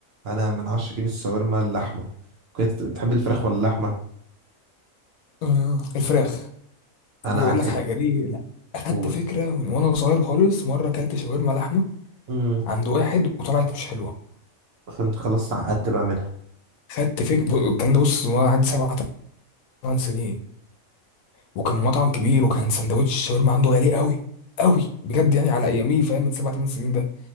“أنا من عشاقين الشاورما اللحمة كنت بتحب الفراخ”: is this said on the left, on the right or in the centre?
Right